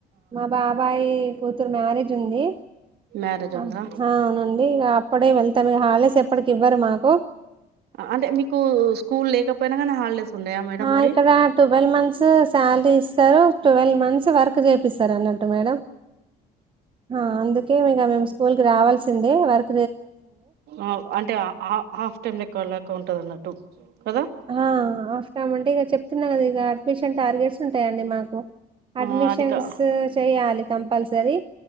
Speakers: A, on the right; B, on the right.
A: మా బాబాయి కూతురు మ్యారేజ్ ఉంది
B: మ్యారేజ్
A: ఆ
B: ఉందా
A: అవునండి ఇగా అప్పుడే వెళ్తాము హాలిడేస్ ఎప్పుడు ఇవ్వరు మాకు
B: అంటే మీకు స్కూల్ లేకపోయినా కానీ హాలిడేస్ ఉన్నాయా మేడం
A: ఆ
B: మరి
A: ఇక్కడ టువవెల్ మంత్స్ సాలరీ ఇస్తరు టువెల్ మంత్స్ వర్క్ చేపిస్తారు అన్నట్టు మేడం ఆ అందుకే మేం స్కూల్ కి రావాల్సిందే వర్క్
B: ఆ అంటే ఆ ఆ హాఫ్ టైమ్ లెక్క వెళ్ళక ఉంటది అన్నట్టు కదా
A: ఆ హాఫ్ టైమంటే ఇగ చెప్తున్నా కదా ఇక అడ్మిషన్ టార్గెట్స్ ఉం ఉంటాయండి మాకు
B: ఆ
A: అడ్మిషన్స్
B: అది కా
A: చేయాలి కంపల్సరి